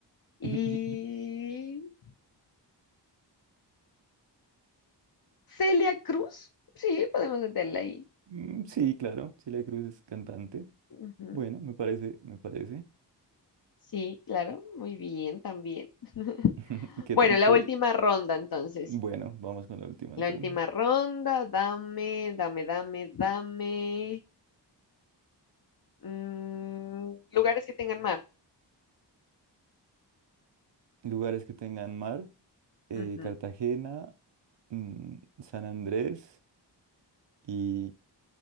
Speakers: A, on the right (about 70°); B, on the left (about 55°).
A: <laughs>
B: Y Celia Cruz. Sí, podemos meterla ahí.
A: Mm, Sí, claro, Celia Cruz es cantante.
B: Ujú.
A: Bueno, me parece, me parece.
B: Sí, claro. Muy bien, también. <laughs>
A: <laughs> ¿Qué
B: Bueno,
A: tal
B: la
A: te...?
B: última ronda entonces.
A: Bueno, vamos con la última
B: La
A: entonces.
B: última ronda, dame, dame, dame, dame. Mm, lugares que tengan mar.
A: Lugares que tengan mar, eh,
B: Ujú.
A: Cartagena, mm, San Andrés y